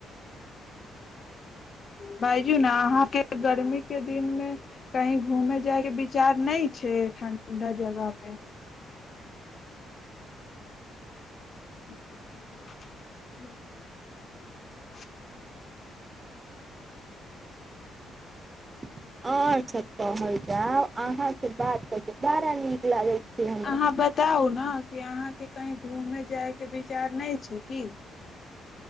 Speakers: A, on the left (about 45°); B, on the right (about 25°).
A: बाज़ू न अहाँ के गर्मी के दिन मे कहीं घूमे जायके विचार नहि छै ठंडा जगह पे <unintelligible>
B: अहाँ सब कहल जाउ अहाँके बात त बड़ा नीक लागै हमरा
A: अहाँ बताउ ना अहाँ के कहीं घूमे जाय के विचार नै छैय की